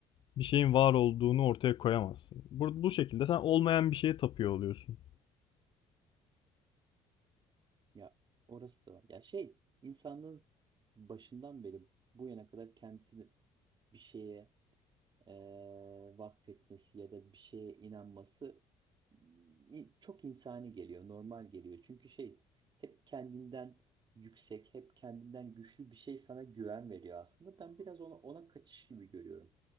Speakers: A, on the left; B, on the right.
A: bir şeyin var olduğunu ortaya koyamazsın. Bu, bu şekilde sen olmayan bir şeye tapıyor oluyorsun.
B: ya orası da var. Ya şey insanlığın başından beri bu yana kadar kendisini bir şeye eee vakfetmesi ya da bir şeye inanması i- çok insani geliyor, normal geliyor. Çünkü şey hep kendinden yüksek, hep kendinden güçlü bir şey sana güven veriyor aslında. Ben biraz ona, ona kaçış gibi görüyorum.